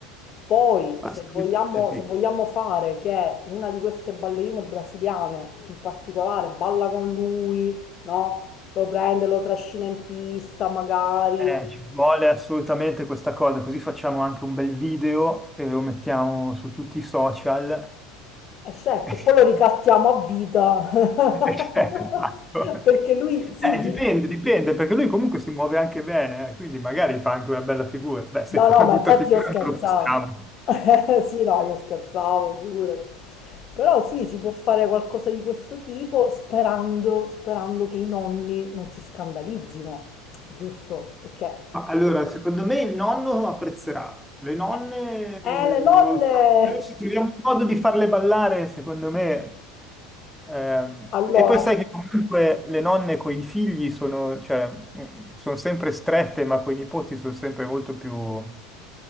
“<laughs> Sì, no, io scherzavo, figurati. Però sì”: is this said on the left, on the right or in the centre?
Left